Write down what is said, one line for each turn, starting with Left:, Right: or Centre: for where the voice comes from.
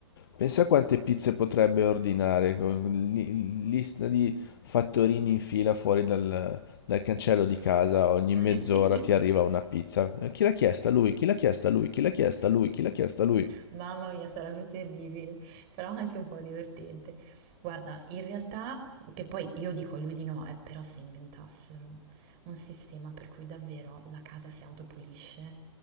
Left: Pensa quante pizze potrebbe ordinare, con li- lista di fattorini in fila fuori dal, dal cancello di casa, ogni mezz'ora
Right: <laughs>
Left: ti arriva una pizza. Eh, Chi l'ha chiesta? Lui, chi l'ha chiesta? Lui, chi l'ha chiesta? Lui, chi l'ha chiesta? Lui.
Right: Mamma mia, sarebbe terribile, però anche un po' divertente. Guarda, in realtà, che poi io dico a lui di no, eh, però se inventassero un sistema per cui davvero la casa si autopulisce,